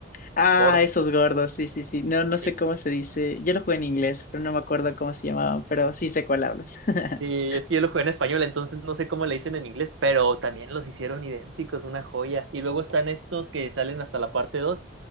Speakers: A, on the left (about 40°); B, on the right (about 70°).
A: Ah,
B: gordos.
A: esos gordos, sí, sí, sí. No, no
B: Sí,
A: sé
B: sí.
A: cómo se dice. Yo lo jugué en inglés, pero no me acuerdo cómo se llamaban, pero sí sé cuál hablas. <laughs>
B: Sí, es que yo lo jugué en español, entonces no sé cómo le dicen en inglés, pero también los hicieron idénticos, una joya. Y luego están estos que salen hasta la parte dos